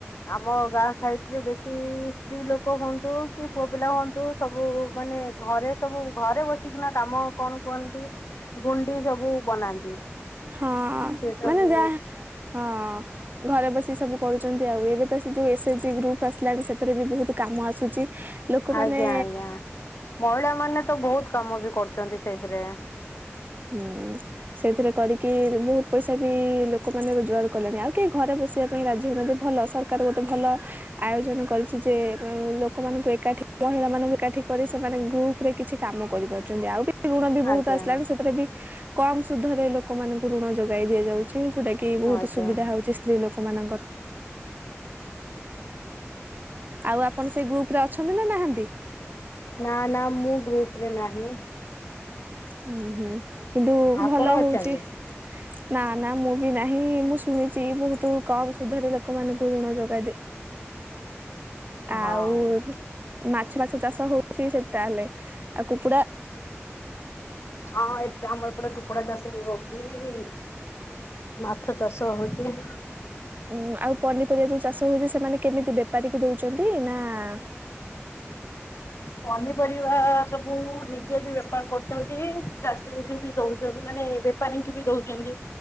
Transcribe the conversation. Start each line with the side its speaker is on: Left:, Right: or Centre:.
Left: ଆମ ଗାଁ ସାଇଡ଼ ରେ ବେଶୀ-ଇ-ଇ-ଇ ସ୍ତ୍ରୀ ଲୋକ ହୁଅନ୍ତୁ କି ପୁଅ ପିଲା ହୁଅନ୍ତୁ, ସବୁ ମାନେ ଘରେ ସବୁ ଘରେ ବସିକିନା କାମ କଣ କୁହନ୍ତି, ଗୁଣ୍ଡି ସବୁ ବନାନ୍ତି।
Right: ହଁ-ଅ-ଅ-ଅ
Left: ସେ ସବୁ
Right: ମାନେ ଯାହା, ହଁ। ଘରେ ବସି ସବୁ କରୁଛନ୍ତି ଆଉ। ଏବେ ତ ସେ ଯୋଉ ଏସ ଏଚ ଜି ଗ୍ରୁପ ଆସିଲାଣି ସେଥିରେ ବି ବହୁତ କାମ ଆସୁଛି। ଲୋକମାନେ
Left: ଆଜ୍ଞା ଆଜ୍ଞା। ମହିଳା ମାନେ ତ ବହୁତ କାମ ବି କରୁଛନ୍ତି ସେଇଥିରେ।
Right: ହୁଁ। ସେଇଥିରେ କରିକି ବହୁତ ପଇସା ବି ଲୋକମାନେ ରୋଜଗାର କଲେଣି, ଆଉ କେହି ଘରେ ବସିବା ପାଇଁ ରାଜି ହଉନାହାନ୍ତି, ଭଲ ସର କାର ଗୋଟେ ଭଲ ଆୟୋଜନ କରିଛି ଯେ, ଏ ଲୋକମାନଙ୍କୁ ଏକାଠି, ମହିଳା ମାନଙ୍କୁ ଏକାଠି କରି ସେମାନେ ଗ୍ରୁପ ରେ କିଛି କାମ କରିପାରୁଛନ୍ତି, ଆଉ <unintelligible> ଋଣ ବି ବହୁତ
Left: ଆଜ୍ଞା
Right: ତାପରେବି କମ୍ ସୁଧରେ ଲୋକମାନଙ୍କୁ ଋଣ ଯୋଗାଇ ଦିଆଯାଉଛି, ଯୋଉଟା କି ବହୁତ
Left: ଆଜ୍ଞା।
Right: ସୁବିଧା ହଉଛି ସ୍ତ୍ରୀ ଲୋକମାନଙ୍କର। ଆଉ ଆପଣ ସେଇ ଗ୍ରୁପ ରେ ଅଛନ୍ତି ନା ନାହାନ୍ତି?
Left: ନା ନା ମୁଁ ଗ୍ରୁପରେ ନାହିଁ।
Right: ହୁଁ ହୁଁ କିନ୍ତୁ
Left: ଆପଣ
Right: ଭଲ
Left: ଅଛନ୍ତି
Right: ହଉଛି। ନା ନା ମୁଁ ବି ନାହିଁ ମୁଁ ଶୁଣିଛି ବହୁତ କମ୍ ସୁଧରେ ଲୋକମାନଙ୍କୁ ଋଣ ଯୋଗାଇଦେ ଆଉ
Left: ହଁ।
Right: ମାଛ ଫାଛ ଚାଷ ହଉଛି ସେ ତାହଲେ ଆଉ କୁକୁଡ଼ା
Left: ହଁ ଏଟା ଆମର ଏପଟେ କୁକୁଡା ଚାଷ ବି ହଉଛି-ଇ-ଇ-ଇ। ମାଛ ଚାଷ ହଉଛି।
Right: ଉଁ ଆଉ ପନିପରିବା ଯୋଉ ଚାଷ ହଉଛି ସେମାନେ କେମିତି ବେପାରୀ କିି ଦଉଛନ୍ତି ନା-ଆ-ଆ-ଆ
Left: ପନିପରିବା ସବୁ ନିଜେ ବି ବେପାର କରୁଛନ୍ତି ଚାଷୀଙ୍କୁ ବି ଦଉଛନ୍ତି ମାନେ ବେପାରୀଙ୍କୁ ବି ଦଉଛନ୍ତି।